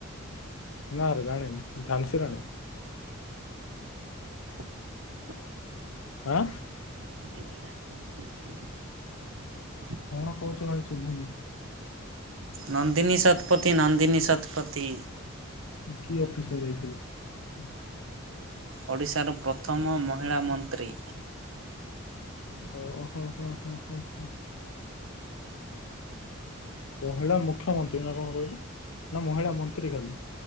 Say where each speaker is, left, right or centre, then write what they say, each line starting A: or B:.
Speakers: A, on the left; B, on the right.
A: ନାରେ ଜାଣିନି ଝାନସି ରାଣୀ।
B: <inaudible>
A: ଆଁ
B: <unintelligible>
A: କଣ
B: ଗାଁ
A: କହୁଛ ଭାଇ ଶୁଭୁନି?
B: ନନ୍ଦିନୀ ଶତପଥି ନନ୍ଦିନୀ ଶତପଥି।
A: କି ଅଫିସରେ ହେଇଥିଲା?
B: ଓଡ଼ିଶାର ପ୍ରଥମ ମହିଳା ମନ୍ତ୍ରୀ।
A: ଓହୋ ହୋ ହ ହ ହ। <inaudible> କହିଲା ମୁଖ୍ୟମନ୍ତ୍ରୀ ନା କଣ କହିଲୁ? ନା ମହିଳା ମନ୍ତ୍ରୀ ଖାଲି।